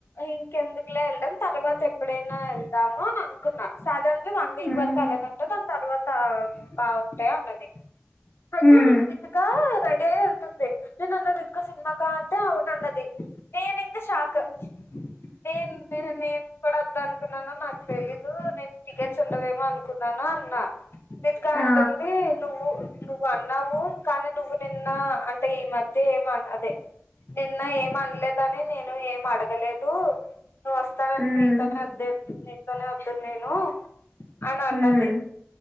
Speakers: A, on the left (about 60°); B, on the left (about 30°).
A: ఇంకెందుకులే ఎళ్డం తర్వాత ఎప్పుడైనా వెళ్దామో అ కుంన్నా సాధ్యాంది వన్ వీక్
B: ఉమ్
A: వరకు అలానంట దాని తర్వాత బాగుంటాయి అన్నది ప్రతి
B: ఉమ్
A: రోజు ఆ రెడీ అయి వెళ్తుంది నేనంన్నా రితికా సిన్మా కా అంటే అవునున్నది నేను షాక్ నేన్ నేను కూడా ఒద్దానుకున్నాను నాకు తెలీదు నేను టికెట్స్ ఉండవేమో అనుకున్నాను అన్నా రితిక అంటుంది
B: ఆ
A: నువ్వు నువ్వు అన్నావు కానీ నువ్వు నిన్న అంటే ఈ మధ్య ఏమం అదే నిన్న ఏం అనలేదనే నేను ఏం అడగలేదు నువ్వు ఒస్తానంటే
B: ఉమ్
A: నీతోనే ఒద్దు నీతోనే ఒద్దును నేను అని అన్నదే
B: ఉమ్